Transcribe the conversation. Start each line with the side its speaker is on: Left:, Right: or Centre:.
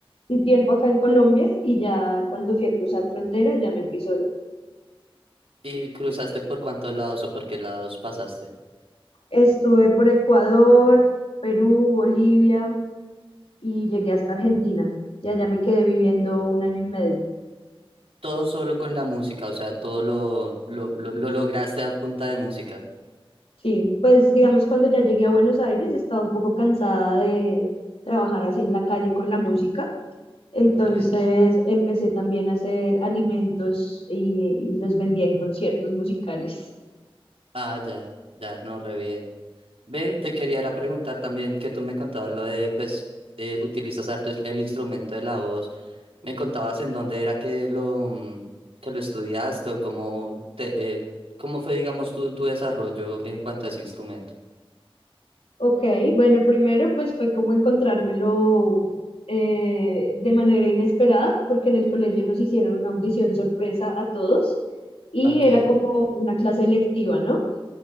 Left: un tiempo acá en Colombia y ya cuando fui a cruzar frontera ya me fui sola.
Right: ¿Y cruzaste por cuántos lados o por qué lados pasaste?
Left: Estuve por Ecuador, Perú, Bolivia y llegué hasta Argentina. Ya allá me quedé viviendo un año y medio.
Right: Todo solo con la música, o sea, todo lo, lo, lo, lo lograste a punta de música.
Left: Sí, pues digamos cuando ya llegué a Buenos Aires estaba un poco cansada de trabajar así en la calle con la música, entonces
Right: Ok.
Left: empecé también a hacer alimentos y, y los vendía en conciertos musicales.
Right: Ah, ya, ya, no, re bien. Ven, te quería era preguntar también que tú me contabas lo de, pues, eh, utilizas harto es- el instrumento de la voz. Me contabas en dónde era que lo, mm, que lo estudiaste o cómo, te, eh, cómo fue, digamos, tu, tu desarrollo en cuanto a ese instrumento.
Left: Ok, bueno, primero pues fue como encontrármelo eh, de manera inesperada, porque en el colegio nos hicieron una audición sorpresa a todos y
Right: Ok.
Left: era como una clase electiva, ¿no?